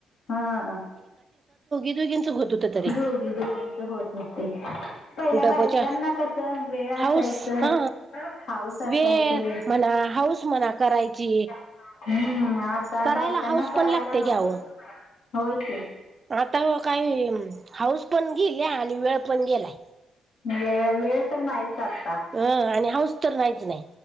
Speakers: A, on the left; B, on the right.
A: हा
B: दोघींच होत होत तरी
A: दोघी दोघीचं होत होते. पहिला
B: डबच्या
A: बायकांना कसं वेळ असायचं,
B: हाऊस हा
A: हाऊस असायची,
B: वेळ म्हणा हाऊस म्हणा करायची.
A: हम्म आता
B: करायला
A: बायकांना
B: हाऊस
A: करायला
B: पण लागते की
A: नको.
B: अहो
A: होय की.
B: आता वो काय हाऊस पण गेल्या आणि वेळ पण गेलाय.
A: वेळ वेळ तर नाहीच. आता
B: अं आणि हाऊस तर नाहीच नाही.